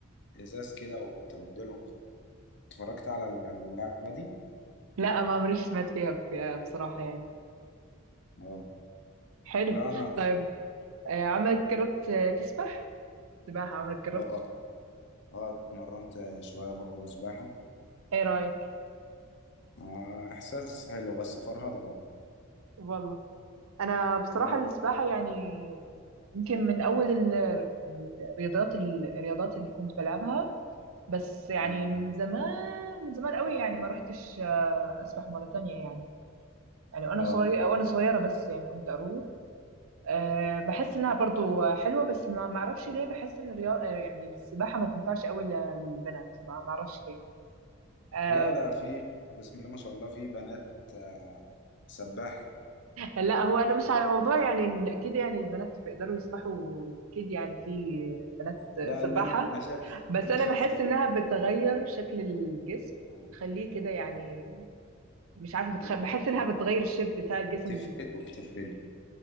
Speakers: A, on the left; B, on the right.
A: الإزاز كده وبترد لهم اتفرجت على اللعبة دي
B: لا ما مريش سمعت فيها ب- آه، بصراحة يعني
A: اه
B: حلو
A: لا انا ات-
B: طيب آه، عمرك جربت آه، تسبح سباحة عمرك جربت
A: اه اه اتمرنت شويه برضه سباحه
B: ايه رأيك
A: آه احساس حلو بس فرهضه برضه
B: والله انا بصراحة
A: اه
B: السباحة يعني يمكن من اول ال- الرياضات الرياضات اللي كنت بلعبها بس يعني
A: مم.
B: من زمان من زمان قوي يعني ما رحتش آه، اسبح مرة تانية يعني يعني وانا
A: اه
B: صغيرة وانا صغيرة بس يعني كنت اروح آه، بحس انها برضو حلوة بس ما ما اعرفش ليه بحس ان الرياضة يعني السباحة ما تنفعش قوي للبنات ما ما اعرفش ليه آه،
A: لا ده في بسم الله ما شاء الله في بنات آه سباحه
B: لا هو انا مش على موضوع يعني إن كده يعني البنات بيقدروا يسبحوا اكيد يعني في بنات
A: لا
B: سباحة
A: اللي انا انا شايف
B: بس
A: انا
B: انا
A: شايف
B: بحس
A: ت-
B: انها بتغير
A: اه
B: شكل الجسم
A: اه
B: بتخليه كده يعني
A: آه.
B: مش عارفة بتخ...
A: بت-
B: بحس انها بتغير الشيب بتاع الجسم
A: بتفرده بتفرده